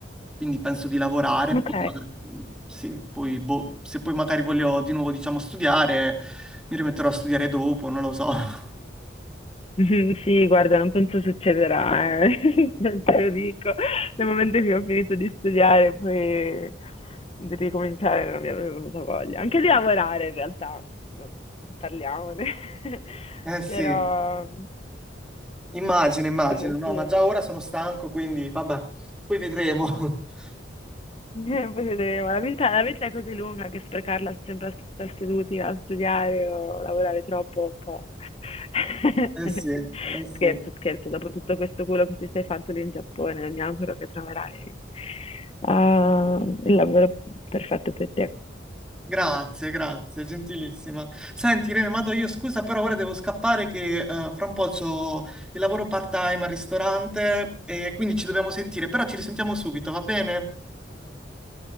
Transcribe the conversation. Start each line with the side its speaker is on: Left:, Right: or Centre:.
Centre: Quindi penso di lavorare,
Left: Ok.
Centre: poi magari- sì, poi, boh, se poi magari voglio di nuovo, diciamo, studiare, mi rimetterò a studiare dopo, non lo so. <laughs>
Left: <laughs> Sì, guarda, non penso succederà, eh. <laughs> Te lo dico. Nel momento che ho finito di studiare, poi di ricominciare non mi avrebbe venuta voglia. Anche di lavorare, in realtà, parliamone. <laughs>
Centre: Eh sì,
Left: Però
Centre: immagino, immagino,
Left: Però
Centre: no,
Left: sì,
Centre: ma
Left: eh,
Centre: già ora sono stanco, quindi vabbè, poi vedremo. <laughs>
Left: <laughs> Poi vedremo. La vita, la vita è così lunga che sprecarla sempre a stare seduti a studiare o lavorare troppo è un po'. <laughs>
Centre: Eh sì, eh sì.
Left: Scherzo, scherzo. Dopo tutto questo culo che ti sei fatto lì in Giappone, mi auguro che troverai ah, il lavoro perfetto per te.
Centre: Grazie, grazie, gentilissima. Senti, Irene, ma do io scusa, però ora devo scappare che eh, fra un po' c'ho il lavoro part-time al ristorante e quindi ci dobbiamo sentire, però ci risentiamo subito, va bene?